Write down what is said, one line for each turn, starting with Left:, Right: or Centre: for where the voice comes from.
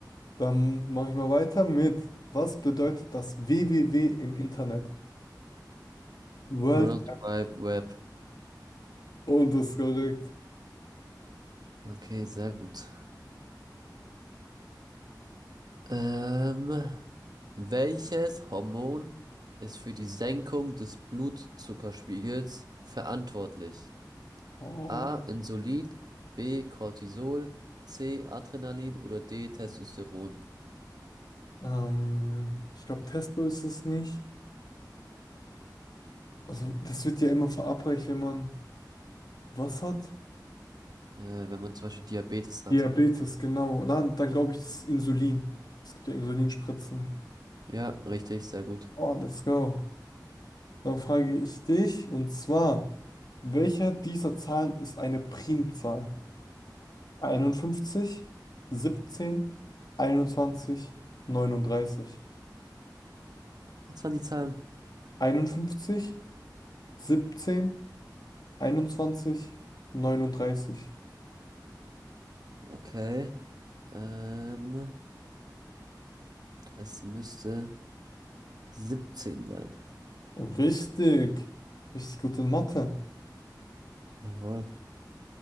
Left: dann mache ich mal weiter mit. Was bedeutet das www im Internet? World
Right: World Wide Web.
Left: und das ist korrekt.
Right: Okay, sehr gut. Ähm, welches Hormon ist für die Senkung des Blutzuckerspiegels verantwortlich?
Left: Oh.
Right: A. Insulin, B. Cortisol, C. Adrenalin oder D. Testosteron,
Left: Ähm, ich glaube, Testo ist es nicht. Also das wird ja immer verabreicht, wenn man was hat.
Right: äh, wenn man zum Beispiel Diabetes hat.
Left: Diabetes, genau. Dann, dann glaube ich, das ist Insulin. Es gibt ja Insulinspritzen.
Right: Ja, richtig, sehr gut.
Left: Oh, let's go. Dann frage ich dich, und zwar, welcher dieser Zahlen ist eine Primzahl? 51 17 21 39
Right: Was waren die Zahlen?
Left: 51 17 21 neununddreißig
Right: Okay, ähm, es müsste 17 sein.
Left: Oh, Richtig. Richtig gut in Mathe.
Right: Jawohl.